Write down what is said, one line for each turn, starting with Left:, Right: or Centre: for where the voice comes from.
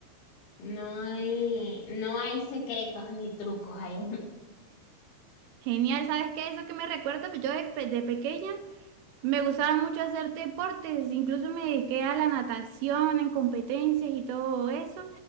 Left: No hay, no hay secretos ni trucos ahí. <laughs>
Right: Genial, ¿sabes qué? Eso que me recuerda, pues yo de, pe- de pequeña Me gustaba mucho hacer deportes, incluso me dediqué a la natación en competencias y todo eso.